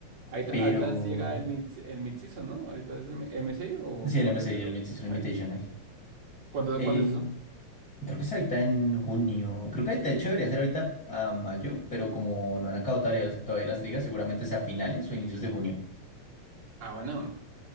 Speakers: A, on the right; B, on the left.
A: Ahorita,
B: pero
A: ahorita llega el mid, el mid-season, ¿no? Ahorita es el MSI o
B: sí, el
A: cuándo
B: M MSI
A: es eso?
B: y el Mid-Season Invitational.
A: A ver, ¿Cuándo,
B: Eh,
A: cuándo es eso?
B: creo que es ahorita en junio, creo que de hecho debería ser ahorita a mayo, pero como no han acabado todavía, todavía las ligas, seguramente sea a finales o inicios de junio.
A: Ah, bueno.